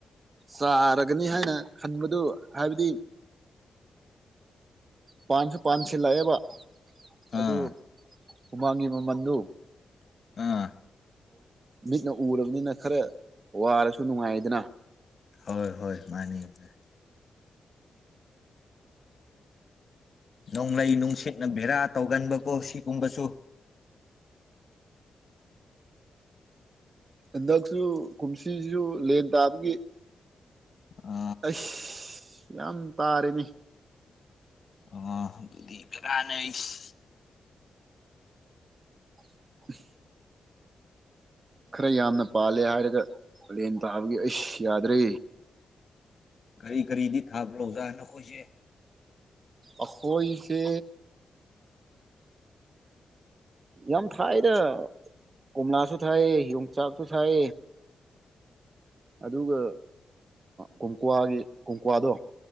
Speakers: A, on the right; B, on the left.
A: ꯆꯥꯔꯒꯅꯤ ꯍꯥꯏꯅ ꯈꯟꯕꯗꯨ ꯍꯥꯏꯕꯗꯤ ꯄꯥꯟꯁꯨ ꯄꯥꯟ ꯁꯤꯜꯂꯛꯑꯦꯕ
B: ꯑꯥ
A: ꯑꯗꯨ ꯍꯨꯃꯥꯡꯒꯤ ꯃꯃꯟꯗꯨ
B: ꯑꯥ
A: ꯃꯤꯠꯅ ꯎꯔꯕꯅꯤꯅ ꯈꯔ ꯋꯥꯔꯁꯨ ꯅꯨꯡꯉꯥꯏꯌꯦꯗꯅ
B: ꯍꯣꯏ ꯍꯣꯏ ꯃꯥꯅꯤ ꯑꯣꯖꯥ ꯅꯣꯡꯂꯩ ꯅꯨꯡꯁꯤꯠꯅ ꯕꯦꯔꯥ ꯇꯧꯒꯟꯕꯀꯣ ꯁꯤꯒꯨꯝꯕꯁꯨ
A: ꯍꯟꯗꯛꯁꯨ ꯀꯨꯝꯁꯤꯁꯤꯁꯨ ꯂꯦꯟ ꯇꯥꯕꯒꯤ
B: ꯑ
A: ꯑꯩꯁ ꯌꯥꯝ ꯇꯥꯔꯦꯅꯦ
B: ꯑꯣ ꯑꯗꯨꯗꯤ ꯀꯗꯥꯏꯗꯒꯤ ꯑꯁ
A: ꯎ <inaudible> ꯈꯔ ꯌꯥꯝꯅ ꯄꯥꯜꯂꯦ ꯍꯥꯏꯔꯒ ꯂꯦꯟ ꯇꯥꯕꯒꯤ ꯑꯩꯁ ꯌꯥꯗ꯭ꯔꯦ
B: ꯀꯔꯤ ꯀꯔꯤꯗꯤ ꯊꯥꯕ꯭ꯔꯣ ꯑꯣꯖꯥ ꯅꯈꯣꯏꯁꯦ
A: ꯑꯈꯣꯏꯁꯦ ꯌꯥꯝ ꯊꯥꯏꯗ ꯀꯣꯝꯂꯥꯁꯨ ꯊꯥꯏ ꯌꯣꯡꯆꯥꯛꯁꯨ ꯊꯥꯏ ꯑꯗꯨꯒ ꯀꯣꯝꯀ꯭ꯋꯥꯒꯤ ꯀꯣꯝꯀ꯭ꯋꯥꯗꯣ